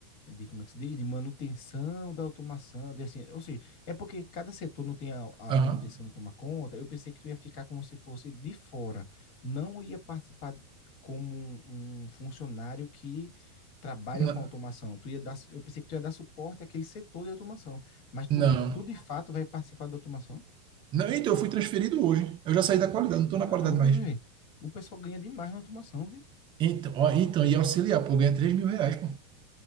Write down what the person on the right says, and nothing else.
Aham.
N-
Não.
Não, então, eu fui transferido hoje. Eu já saí da qualidade,
não tô
na qualidade mais.
Então, ó, então, e auxiliar, pô, ganha 3 mil reais, pô.